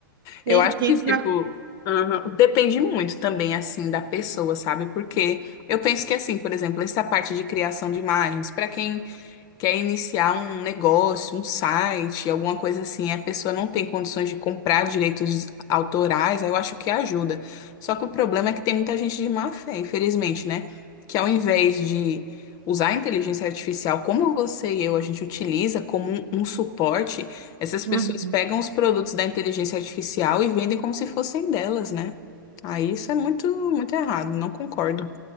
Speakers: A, on the right (about 70°); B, on the left (about 30°).
A: Quem,
B: Eu acho
A: quem
B: que,
A: tra-
B: tipo, aham, depende muito também, assim, da pessoa, sabe? Porque eu penso que, assim, por exemplo, essa parte de criação de imagens, para quem quer iniciar um negócio, um site, alguma coisa assim, a pessoa não tem condições de comprar direitos autorais, aí eu acho que ajuda. Só que o problema é que tem muita gente de má fé, infelizmente, né? Que ao invés de usar a inteligência artificial como você e eu, a gente utiliza como um, um suporte, essas
A: Uhum.
B: pessoas pegam os produtos da inteligência artificial e vendem como se fossem delas, né? Aí isso é muito, muito errado, não concordo.